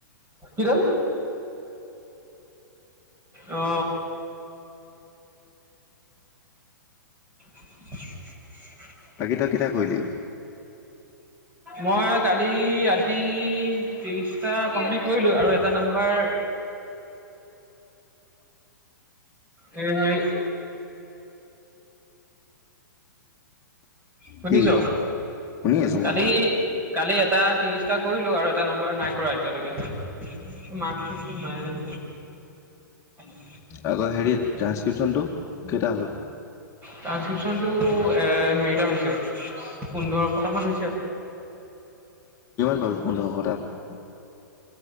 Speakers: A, on the right; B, on the left.
A: কিটো অ <inaudible>
B: বাকী তই কেইটা কৰিলি
A: মই কালি ৰাতি ত্ৰিশটা কমপ্লিট কৰিলো আৰু এটা নাম্বাৰ হে সেই শুনিছ
B: কি শুনি আছো
A: কালি
B: মই
A: কালি এটা ত্ৰিশটা কৰিলো আৰু এটা নাম্বৰ নাই কৰা এতিয়ালৈকে মাক কি মায়োজ <unintelligible>
B: আকৌ হেৰিত ট্ৰানসক্ৰিপশন টো কেইটা হ'ল
A: ট্ৰানসক্ৰিপচনটো এ হেৰিটা হৈছে পোন্ধৰশ টা মান হৈছে
B: কিমান বাৰু পোন্ধৰশ তাত